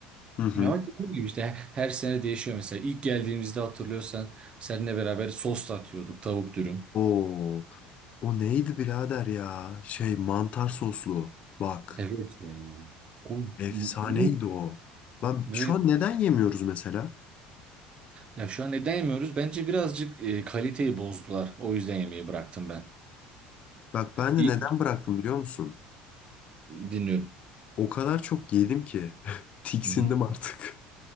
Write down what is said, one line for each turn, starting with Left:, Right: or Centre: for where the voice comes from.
Left: Hı hı.
Right: Ama dediğim gibi işte her sene değişiyor mesela. İlk geldiğimizde hatırlıyorsan seninle beraber sos da atıyorduk tavuk dürüm.
Left: Oo, o neydi birader ya? Şey mantar soslu. Bak
Right: Evet ya. O,
Left: efsaneydi
Right: o
Left: o. Ben
Right: böyle
Left: şu an neden yemiyoruz mesela?
Right: ya şu an neden yemiyoruz? Bence birazcık e, kaliteyi bozdular. O yüzden yemeği bıraktım ben.
Left: Bak ben
Right: İyi
Left: de neden bıraktım biliyor musun?
Right: dinliyorum.
Left: O kadar çok yedim ki <laughs> tiksindim
Right: Hı hı.
Left: artık.